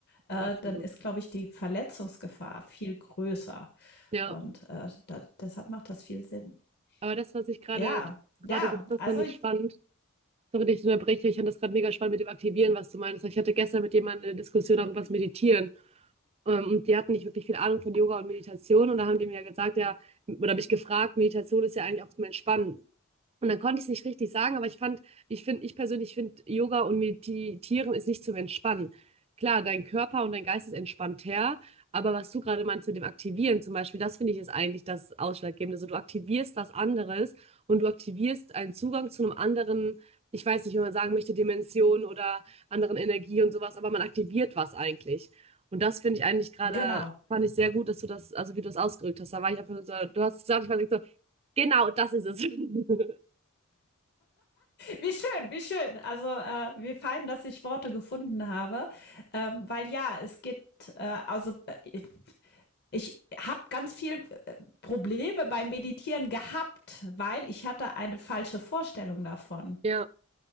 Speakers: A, on the left (about 50°); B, on the right (about 30°).
A: äh,
B: absolut.
A: dann ist, glaube ich, die Verletzungsgefahr viel größer.
B: Ja,
A: Und äh, da, deshalb macht das viel Sinn.
B: aber das, was ich gerade
A: Ja,
B: gerade
A: ja,
B: gesagt habe,
A: also
B: fand ich spannend. Sorry, dass ich unterbreche. Ich fand das gerade mega spannend mit dem Aktivieren, was du meinst. Ich hatte gestern mit jemandem eine Diskussion darüber, was Meditieren. Ähm, Und die hatten nicht wirklich viel Ahnung von Yoga und Meditation. Und da haben die mir ja gesagt, ja, oder mich gefragt, Meditation ist ja eigentlich auch zum Entspannen. Und dann konnte ich es nicht richtig sagen, aber ich fand, ich finde, ich persönlich finde, Yoga und Meditieren ist nicht zum Entspannen. Klar, dein Körper und dein Geist ist entspannter, aber was du gerade meinst mit dem Aktivieren zum Beispiel, das finde ich ist eigentlich das Ausschlaggebende. Also du aktivierst was anderes und du aktivierst einen Zugang zu einem anderen, ich weiß nicht, wie man sagen möchte, Dimension oder anderen Energie und sowas, aber man aktiviert was eigentlich. Und das finde ich eigentlich gerade,
A: genau.
B: fand ich sehr gut, dass du das, also wie du das ausgedrückt hast. Da war ich einfach so, du hast es gesagt, ich war so, genau, das ist es. <laughs>
A: Wie schön, wie schön. Also äh, wie fein, dass ich Worte gefunden habe, ähm, weil ja, es geht, äh, also äh, Ich habe ganz viel äh, Probleme beim Meditieren gehabt, weil ich hatte eine falsche Vorstellung davon.
B: Ja.